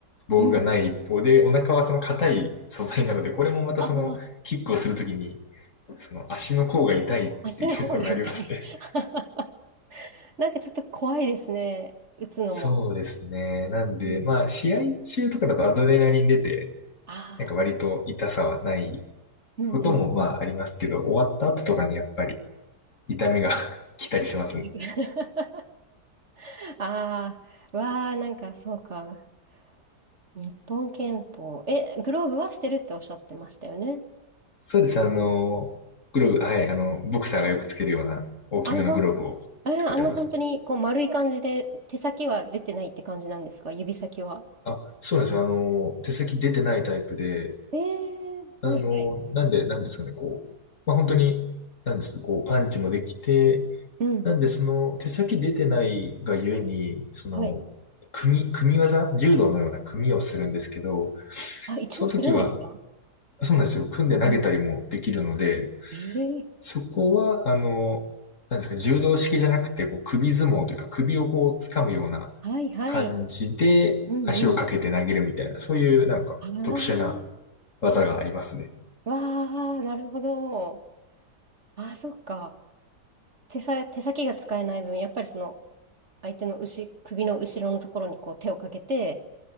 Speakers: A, on the left; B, on the right.
A: 防具がない一方で、
B: うんうん。
A: お腹はその硬い素材なので、これもまたその、
B: ああ、
A: キックをするときに、その足の甲が痛いっていうのがありますね。
B: 足の方が痛い。<laughs> なんかちょっと怖いですね。打つのも。
A: そうですね。なんで、
B: うん。
A: まあ、試合中とかだとアドレナリン出て、
B: ああ、
A: なんか割と痛さはない
B: うんうんうん。
A: こともまあありますけど、終わった後とかにやっぱり痛みが <laughs> 来たりしますね
B: <laughs> ああ、わあ、なんかそうか。日本拳法。え、グローブはしてるっておっしゃってましたよね。
A: そうです。あの、グローブ、はい、あの、ボクサーがよくつけるような大きめのグローブをつけてます。
B: あの、ほん、え、あんな本当にこう丸い感じで、手先は出てないって感じなんですか指先は。
A: あ、そうなんですよ。あの、手先出てないタイプで、
B: えーはいはい。
A: あの、なんで、なんですかね、こう、まあ、本当に、なんです、こう、パンチもできて、
B: うん。
A: なんで、その、手先出てないがゆえに、その、
B: はい。
A: 組み、組み技、柔道のような組みをするんですけど、
B: あ、一応するんですか
A: その時は、そうなんですよ。組んで投げたりもできるので、
B: うん。えー
A: そこは、あの、なんですか、柔道式じゃなくて、こう首相撲というか、首をこう掴むような
B: はいはい。
A: 感じで、
B: うんうん。
A: 足をかけて投げるみたいな、そういうなんか特殊な
B: あ
A: 技がありますね。
B: あ、わあ、なるほど。ああ、そっか。手さ、手先が使えない分、やっぱりその、相手の後、首の後ろのところにこう手をかけて、